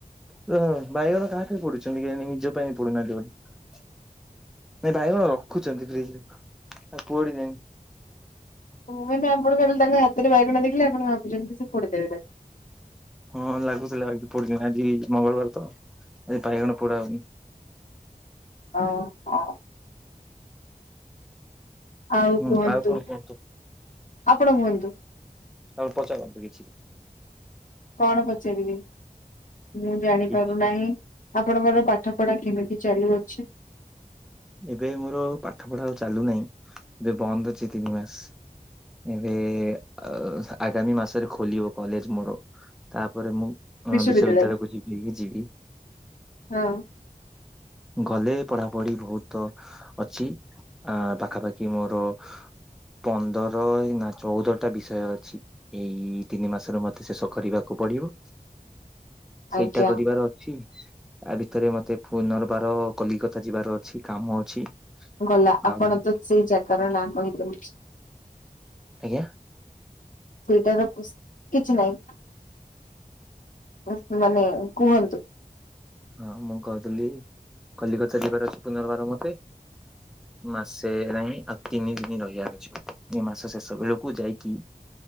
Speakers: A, in the centre; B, on the left (about 60°).
A: ତ ବାଇଗଣ କାହା ପାଇଁ ପୋଡିଛନ୍ତି କେୟାଣି କେହିି ନିଜ ପାଇଁ ପୋଡିନାହାନ୍ତି ବୋଧେ? ନାଇଁ ବାଇଗଣ ରଖୁଛନ୍ତି ଫ୍ରିଜରେ ଆଉ କୁଆଡି ଜାଇନି।
B: ହଁ ମାନେ ଆପଣ ଖାଲି ତାଙ୍କ ହାତରେ ବଇଗଣ ଦେଖିଲେ ଆପଣ ଭାବୁଛନ୍ତି କି ସେ ପୋଡି ଦେବେ ତାକୁ?
A: ହଁ ଲାଗୁଥିଲା ଆ ପୋଡିଦେମି ଆଜି ମଙ୍ଗଳବାର ତ ଆଜି ବାଇଗଣ ପୋଢା ହ
B: ଓହୋ। ଆଉ
A: ହୁଁ
B: କୁହନ୍ତୁ,
A: କଣ କୁହନ୍ତୁ
B: ଆପଣ କୁହନ୍ତୁ?
A: ଆଉ ପଚାରନ୍ତୁ କିଛି।
B: କଣ ପଚାରିବି ମୁଁ ଜାଣିପାରୁନାହିଁ?
A: କିଛି
B: ଆପଣଙ୍କର ପାଠ ପଢା କେମିତି ଚାଲୁଅଛି?
A: ଏବେ ମୋର ପାଠ ପଢା ଆଉ ଚାଲୁନାହିଁ, ଏବେ ବନ୍ଦ ଅଛି ତିନି ମାସ। ଏବେ-ଏ ଆ ଆଗାମୀ ମାସରେ ଖୋଲିବ କଲେଜ ମୋର ତାପରେ ମୁଁ ହଁ
B: ବିଶ୍ୱବିଦ୍ୟାଳୟ?
A: ବିଶ୍ୱବିଦ୍ୟାଳୟକୁ ଯିବି ହିଁ ଯିବି।
B: ହଁ
A: ଗଲେ ପଢାପଢି ଭୋଉତ୍ ତ ଅଛି ଆ ପାଖାପାଖି ମୋର ପନ୍ଦର ନା ଚଉଦଟା ବିଷୟ ଅଛି। ଏଇ ତିନି ମାସରେ ମତେ ଶେଷ କରିବାକୁ ପଡିବ।
B: ଆଜ୍ଞା
A: ସେଇଟା କରିବାର ଅଛି। ଆ ଭିତରେ ମତେ ପୁନର୍ବାର କଲିକତା ଯିବାର ଅଛି। କାମ ଅଛି।
B: ଗଲା ଆପଣ
A: ଆଉ
B: ତ ସେଇ ଜାଗାର ନାଁ କହି ଦେଲେ।
A: ଆଜ୍ଞା
B: ସେଇଟାର, କୋସ୍ କିଛି ନାହିଁ। ମାନେ, କୁହନ୍ତୁ।
A: ହଁ ମୁଁ କହୁଥିଲି, କଲିକତା ଯିବାର ଅଛି ପୁନର୍ବାର ମତେ। ମାସେ ନାହିଁ। ଆଉ ତିନି ଦିନ ରହିବାର ଅଛି। ମୋତେ ଏ ମାସ ସେଷବେଳକୁ ଯାଇକି।